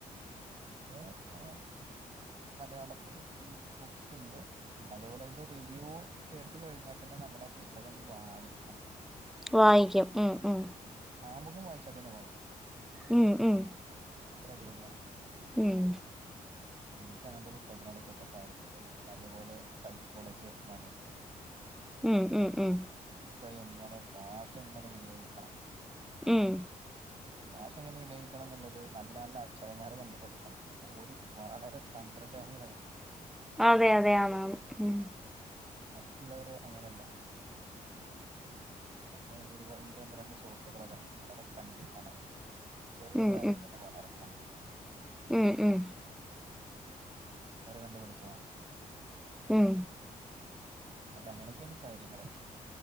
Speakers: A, on the right (about 40°); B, in the centre.
A: ഏഹ് ആഹ് മലയാളത്തില് ഈ ബു ബുക്സ് ഇണ്ട് പിന്നെ അതേപോലെ അതിന്റെ റിവ്യൂ കേട്ട് കഴിഞ്ഞാ തന്നെ നമ്മൾ ആ പുസ്തകം വായിക്കും
B: വായിക്കും ഉം ഉം
A: ആമുഖം വായിച്ച തന്നെ വായിക്കും
B: ഉം ഉം
A: അത്ര അടിപൊളിയാ-
B: ഉം
A: ഇൻക് അങ്ങനത്തെ പുസ്തകത്തിനോടൊക്കെട്ടോ താല്പര്യം പിന്നെ അതേപോലെ സൈക്കോളജി ഓഫ് മണി
B: ഉം ഉം ഉം
A: പൈസ എങ്ങനെ കാഷ് എങ്ങനെ വിനിയോഗിക്കണം
B: ഉം
A: കാശ് എങ്ങനെ വിനിയോയിക്കണം ന്നുള്ളത് നല്ല നല്ല അച്ഛായന്മാരെ കണ്ടു പഠിക്കണം ഓര് വളരെ തന്ത്രശാലികളായിരിക്കും
B: അതെയതെ ആണ് ആണ് ഉം
A: മറ്റുള്ളവരെ അങ്ങനല്ല ഞാന് <unintelligible> ഇന്റെ ഒന്ന് രണ്ട് സുഹൃത്തുക്കളെ കണ്ട് വളരെ കണ്ണിങ്ങാണവര് ചെറിയ
B: ഉം
A: പ്രായത്തിത്തന്നെ
B: ഉം
A: വളരെ കണ്ണിങ്ങാണ്
B: ഉം ഉം
A: അവരെ കണ്ടു പടിച്ചാ മതി
B: ഉം
A: അപ്പ അങ്ങനെക്കേണ് കാര്യങ്ങള്